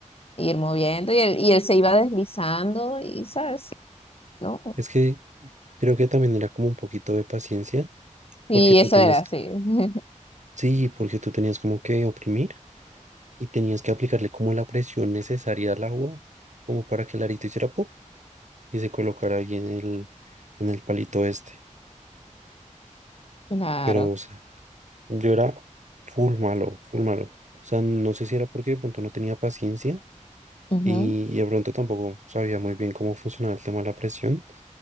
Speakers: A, on the left (about 45°); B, on the right (about 65°).
A: ir moviendo y él, y él se iba deslizando y, ¿sabes? ¿No?
B: Es que creo que también era como un poquito de paciencia, porque
A: Y
B: tú
A: eso
B: tienes,
A: era así. <laughs>
B: sí, porque tú tenías como que oprimir y tenías que aplicarle como la presión necesaria al agua, como para que el arito hiciera pop y se colocara ahí en el, en el palito este.
A: Claro.
B: Pero, o sea, yo era full malo, full malo. O sea, no sé si era porque de pronto no tenía paciencia
A: ujú.
B: y, y de pronto tampoco sabía muy bien cómo funcionaba el tema de la presión,